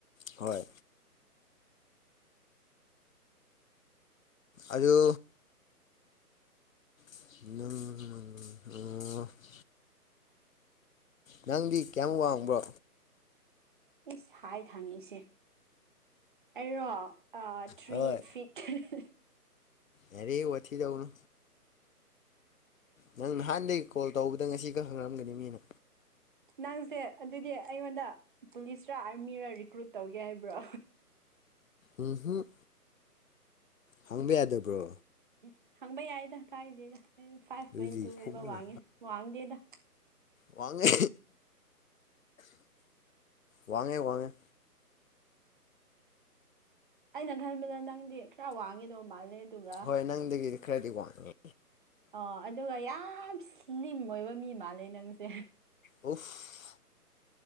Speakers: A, on the left (about 60°); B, on the right (about 30°).
A: ꯍꯣꯏ꯫ ꯑꯗꯨ꯫ ꯅꯨꯡ꯫ <inaudible> ꯅꯪꯗꯤ ꯀꯌꯥꯝꯃꯨꯛ ꯋꯥꯡꯕ꯭ꯔꯣ꯫
B: ꯏꯁ ꯍꯥꯏꯠ ꯍꯪꯉꯤꯁꯦ ꯑꯩꯔꯣ ꯊ꯭ꯔꯤ
A: ꯍꯣꯏ
B: ꯐꯤꯠ꯫ <unintelligible>
A: ꯌꯥꯔꯦ ꯋꯥꯊꯤ ꯇꯧꯒꯅꯨ꯫ ꯅꯪ ꯅꯍꯥꯟꯗꯒꯤ ꯀꯣꯜ ꯇꯧꯕꯗ ꯉꯁꯤ ꯈꯛ ꯍꯪꯉꯛꯑꯝꯒꯅꯤ ꯃꯤꯅ꯫
B: ꯅꯪꯁꯦ ꯑꯗꯨꯗꯤ ꯑꯩꯉꯣꯟꯗ ꯄꯨꯂꯤꯁꯔ ꯑꯥꯔꯃꯤꯔ ꯔꯤꯀ꯭ꯔꯨꯠ ꯇꯧꯒꯦ ꯍꯥꯏꯕ꯭ꯔꯣ꯫
A: ꯎꯝꯍꯨꯝ꯫ ꯍꯪꯕ ꯌꯥꯗꯕ꯭ꯔꯣ꯫
B: ꯎꯝ ꯍꯪꯕ ꯌꯥꯏꯗ ꯀꯥꯏꯗꯦꯗ ꯑꯩ ꯐꯥꯏꯚ
A: ꯑꯗꯨꯗꯤ
B: ꯄꯣꯏꯟ ꯇꯨꯒꯨꯝꯕ
A: ꯈꯨꯝꯃꯨꯅ
B: ꯋꯥꯡꯉꯦ ꯋꯥꯡꯗꯦꯗ꯫
A: ꯋꯥꯡꯉꯦ ꯋꯥꯡꯉꯦ ꯋꯥꯡꯉꯦ꯫
B: ꯑꯩꯅ ꯈꯟꯕꯗ ꯅꯪꯗꯤ ꯈꯔ ꯋꯥꯡꯉꯤꯗꯧ ꯃꯥꯜꯂꯦ꯫ ꯑꯗꯨꯒ
A: ꯍꯣꯏ ꯅꯪꯗꯒꯤꯗꯤ ꯈꯔꯗꯤ ꯋꯥꯡꯉꯦ꯫
B: ꯑꯣ ꯑꯗꯨꯒ ꯌꯥꯝ ꯁ꯭ꯂꯤꯝ ꯑꯣꯏꯕ ꯃꯤ ꯃꯥꯜꯂꯦ ꯅꯪꯁꯦ꯫
A: ꯑꯣꯐ